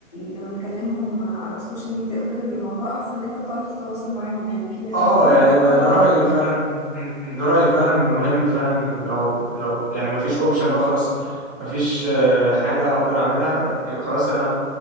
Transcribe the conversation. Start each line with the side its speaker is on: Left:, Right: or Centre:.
Left: لما نكلمهم على السوشيال ميديا او كده بيبقى الموضوع احسن ان انت بتعرف تتواصل معاهم يعني في مش
Right: اه
Left: كل الناس
Right: يعني
Left: بتعرف
Right: ده رأيي فعلا م- م- ده رأيي فعلا مهم فعلا لو لو يعني ما فيش اوبشن بقى خلاص ما فيش آه، حاجة اقدر اعملها يبقى خلاص انا